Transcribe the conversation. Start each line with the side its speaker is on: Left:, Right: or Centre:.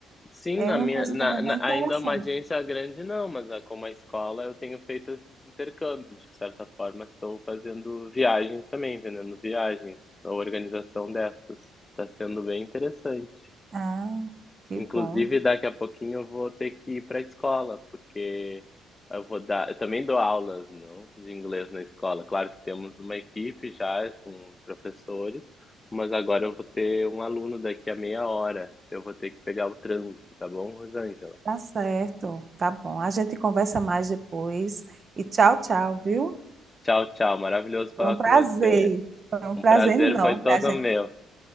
Left: Sim,
Right: É
Left: na
Right: uma
Left: minha
Right: coisa
Left: na
Right: também
Left: na
Right: bem interessante.
Left: ainda uma agência grande não, mas a como a escola eu tenho feito esses intercâmbios, de certa forma estou fazendo viagens também, vendendo viagens, a organização dessas. Está sendo bem interessante.
Right: Ah, que
Left: Inclusive
Right: bom.
Left: daqui a pouquinho eu vou ter que ir para a escola, porque eu vou dar eu também dou aulas, não, de inglês na escola. Claro que temos uma equipe já com os professores, mas agora eu vou ter um aluno daqui a meia hora, eu vou ter que pegar o trânsito, tá bom, Rosângela?
Right: Tá certo, tá bom. A gente conversa mais depois. E tchau, tchau, viu?
Left: Tchau, tchau. Maravilhoso falar
Right: Foi um prazer.
Left: com você.
Right: Foi um
Left: Um
Right: prazer
Left: prazer
Right: enorme.
Left: foi todo
Right: A gente,
Left: meu.